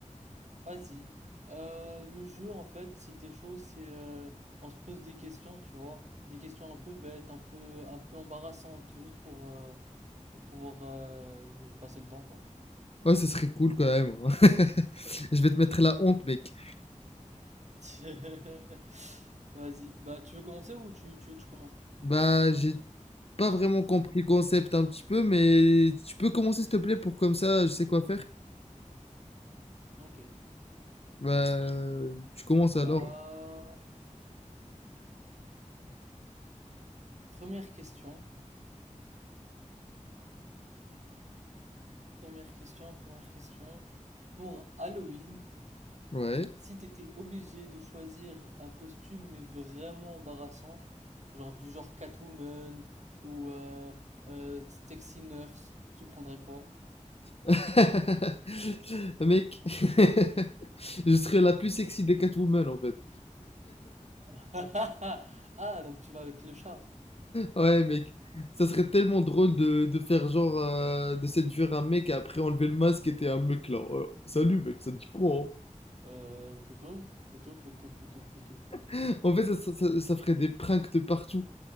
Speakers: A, on the right (about 60°); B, on the left (about 50°).
A: Vas-y. Euh, le jeu en fait, si t'es chaud, c'est euh, on se pose des questions, tu vois, des questions un peu bêtes, un peu un peu embarrassantes, juste pour euh, pour pouvoir euh, passer le temps quoi.
B: Ouais, ça serait cool quand même. hein. <laughs> Je vais te mettre la honte, mec.
A: <laughs> Vas-y. Bah tu veux commencer ou tu, tu veux que je commence?
B: Bah, j'ai pas vraiment compris le concept un petit peu, mais tu peux commencer, s'il te plaît, pour comme ça, je sais quoi faire.
A: Ok.
B: Bah, tu commences alors.
A: Euh, première question. Première question, première question. Pour Halloween,
B: Ouais.
A: si t'étais obligé de choisir un costume mais vraiment embarrassant, genre du genre Catwoman ou euh, euh, Sexy Nurse, tu prendrais quoi?
B: <laughs> Mec, <laughs> je serais la plus sexy des Catwoman, en fait.
A: <laughs> Ah, donc tu vas avec le chat.
B: Ouais, mec, ça serait tellement drôle de, de faire genre euh, de séduire un mec et après enlever le masque et t'es un mec là. Euh, salut mec, ça te dit quoi
A: Euh, poteau, poteau, poteau, poteau, poteau, poteau.
B: hein En fait, ça, ça- ça- ça ferait des pranks de partout.